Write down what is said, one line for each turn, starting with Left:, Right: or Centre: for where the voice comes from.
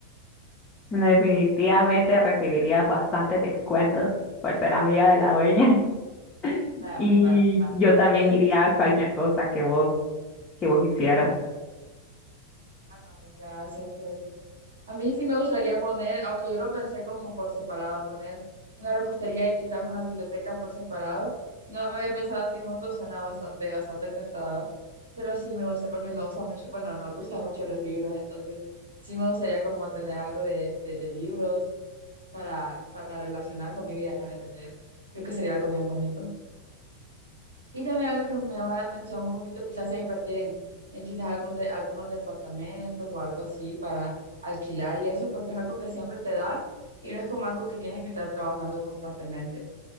Left: Bueno, definitivamente recibiría bastantes descuentos por ser amiga de la dueña
Right: <laughs>
Left: <laughs>
Right: Va,
Left: y
Right: va, va.
Left: yo también
Right: Ya dijiste.
Left: iría a cualquier cosa que vos, que vos hicieras.
Right: Ay, gracias, qué lindo. A mí sí me gustaría poner, aunque yo lo pensé como por separado, poner una repostería y quizás una biblioteca por separado. No había pensado así juntos, suena bastante, bastante tentador. Pero sí me gusta porque me gusta mucho, bueno, nos gustan mucho los libros, entonces sí me gustaría como tener algo de, de, de libros para, para relacionar con mi vida, ¿me entendés? Creo que sería algo bien bonito. Y también algo que me llama la atención un poquito quizás sea invertir en, en quizás algún de- algunos departamentos o algo así para alquilar y eso, porque es algo que siempre te da y no es como algo que tienes que estar trabajando constantemente.